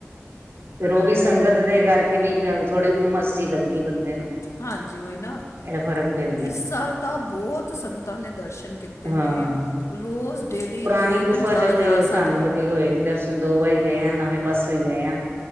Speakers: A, on the right; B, on the left.
A: ਫੇਰ ਔਹੀ ਸੰਗਤ ਦੇ ਕਰਕੇ ਵੀ ਥੋੜੇ <unintelligible> ਉਮਸ ਜੀ ਲੱਗਦੀ ਬੰਦੇ ਨੂੰ
B: ਹਾਂਜੀ ਔਈ ਨਾ,
A: ਇਹ ਫ਼ਰਕ ਪੈਂਦਾ।
B: ਇਸ ਸਾਲ ਤਾਂ ਬੋਤ ਸੰਗ ਤਾ ਔਨੇ ਦਰਸ਼ਨ ਕੀਤੇ
A: ਹਾਂ।
B: ਨੇ, ਰੋਜ਼ ਡੇਲੀ
A: ਪੁਰਾਣੀ
B: ਦੀ
A: ਗੁਫਾ
B: ਪੰਜਾਹ
A: ਚੋਂ
B: ਹਜ਼ਾਰ
A: ਤੇ
B: ਸੱਠ
A: ਸਾਨੂੰ
B: ਹਜ਼ਾਰ
A: ਕਦੀ ਹੋਏ ਨੀ ਦਰਸ਼ਨ, ਦੋ ਵਾਰੀ ਗਏ ਆ ਨਵੇਂ ਪਾਸੇ ਔ ਈ ਗਏ ਆ